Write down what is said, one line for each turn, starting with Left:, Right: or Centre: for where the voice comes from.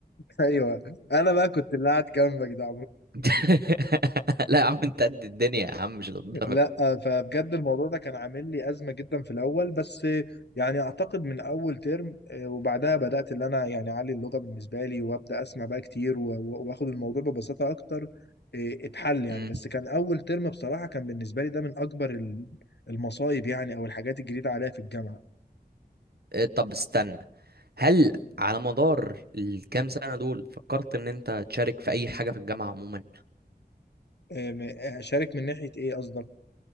Left: ايوه انا بقى كنت اللي قاعد جنبك ده
Right: <laughs> لا يا عم انت قد الدنيا يا عم مش للدرجه
Left: لا فبجد الموضوع ده كان عامل لي أزمة جدا في الأول بس يعني أعتقد من أول ترم آه، وبعدها بدأت اللي أنا يعني أعلي اللغة بالنسبة لي وأبدأ أسمع بقى كتير و- و- وآخد الموضوع ببساطة أكتر آه، اتحل يعني
Right: امم
Left: بس كان أول ترم بصراحة كان بالنسبة لي ده من أكبر ال- المصايب يعني أو الحاجات الجديدة عليا في الجامعة
Right: إيه، طب استنى هل على مدار الكام سنه دول فكرت ان انت تشارك في اي حاجه في الجامعه عموما
Left: آه، م- أشارك من ناحية إيه قصدك